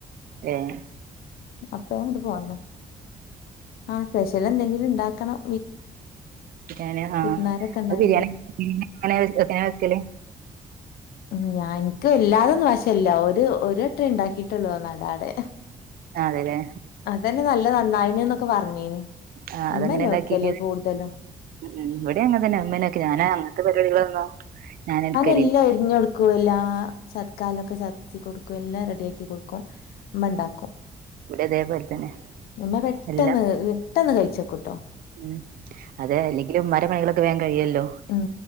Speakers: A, on the right; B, on the left.
A: ഏഹ്
B: അപ്പഞ്ഞാങ്ങട്ട് പോന്ന. ആഹ് പെഷ്യലെന്തെങ്കിലും ഇണ്ടാക്കണം.
A: ബിരിയാണി ആഹ്
B: വിരുന്നാരൊക്കെ
A: ഇങ്ങൾ
B: ഉണ്ടായോണ്ട്
A: ബിരിയാണി എങ്ങനെ വെക്കല്?
B: ആഹ് ഞാ ഇൻക്ക് വല്ലാതൊന്നും വശല്ല ഒര് ഒരെട്ടേ ഇണ്ടാക്കിട്ടൊള്ളൂഒന്നടാട്.
A: ആതെലെ
B: അതെന്നെ ന്നല്ലെ നന്നായ്ന്ന്നൊക്കെ പറഞ്ഞീനിം.
A: ആ
B: ഇമ്മനെ
A: അതെങ്ങനെ ഉണ്ടാക്കീന്
B: വെക്കെല് കൂട്തലും.
A: ഉം ഇവിടെഅങ്ങന് തെന്നെ ഇമ്മേനൊവെക്കെല് ഞാന്അങ്ങത്തെ പരിപാടികളൊന്നും ഞാന് ഇട്ക്കാ
B: എല്ലാം അരിഞ് കൊടുക്കും എല്ലാ ചതക്കല്ലൊക്കെചതക്കും എല്ലാ കൊടുക്കും എല്ലാംറെഡിയാക്കി കൊട്ക്കും. ഇമ്മണ്ടാക്കും
A: ഇവിടെ അതേപോലെ തന്നെ
B: ഇമ്മ പെട്ടെന്ന്
A: എല്ലാം
B: പെട്ടെന്ന് കയ്ച്ചെക്കുട്ടോ.
A: ഉം അതെ അല്ലെങ്കിലും ഇമ്മരെ പ്പണികളൊക്കെ വേമ് കയിയല്ലോ?
B: ഉം